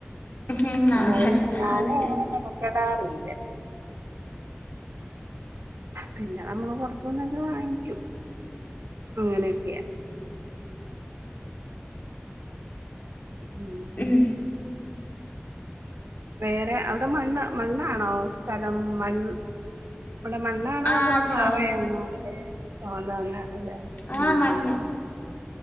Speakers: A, on the left; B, on the right.
A: ഉം
B: പിന്നെ
A: ആണല്ലേ
B: അതുകൊണ്ട് ഞാനും
A: ആണല്ലേ
B: അങ്ങനെ മെനക്കെടാറില്ല പിന്നാമ്മള് പുറത്തുന്നൊക്കെ വാങ്ങിക്കും. അങ്ങനെയൊക്കെയാ ഉം
A: ഉം
B: വേറെ അവിടെ മണ്ണ് മണ്ണാണോ സ്ഥലം മൺ അപടെ മണ്ണാണോ
A: ആ
B: അതോ പാറയാണോ?
A: ചുവന്ന മണ്ണ്
B: അതെ. ചോന്ന മണ്ണാണല്ലേ
A: ആഹ്
B: ഉം
A: മണ്ണ്